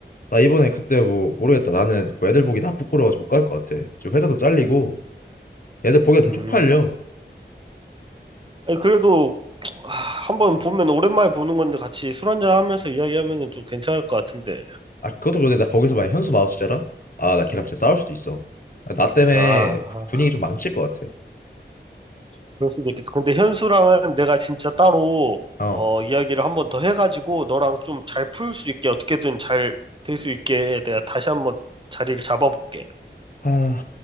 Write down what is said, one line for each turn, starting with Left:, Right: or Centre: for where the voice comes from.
Left: 나 이번에 그때 뭐 모르겠다. 나는 뭐 애들 보기 나 부끄러워서 못 갈 것 같아. 지금 회사도 잘리고, 애들 보기가
Right: 음.
Left: 좀 쪽팔려.
Right: 아니, 그래도 아, 한번 보면 오랜만에 보는 건데 같이 술 한잔 하면서 이야기하면은 좀 괜찮을 것 같은데.
Left: 아 그것도 그런데 나 거기서 만약 현수 마우스잖아? 아 나 걔랑 진짜 싸울 수도 있어. 아, 나 때문에
Right: 아, 아,
Left: 분위기 좀 망칠 것 같아.
Right: 그럴 수도 있겠다. 근데 현수랑은 내가 진짜 따로
Left: 어.
Right: 어, 이야기를 한번 더 해가지고 너랑 좀 잘 풀 수 있게 어떻게든 잘 될 수 있게 내가 다시 한번 자리를 잡아볼게.
Left: 아,